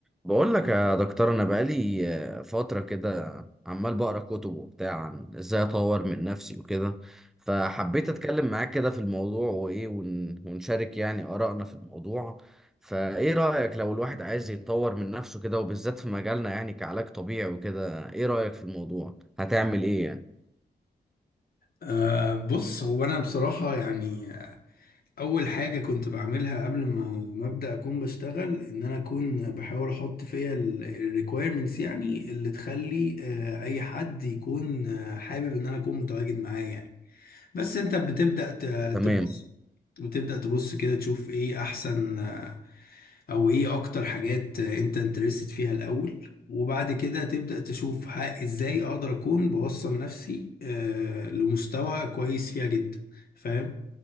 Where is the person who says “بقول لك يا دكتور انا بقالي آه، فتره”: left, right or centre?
Centre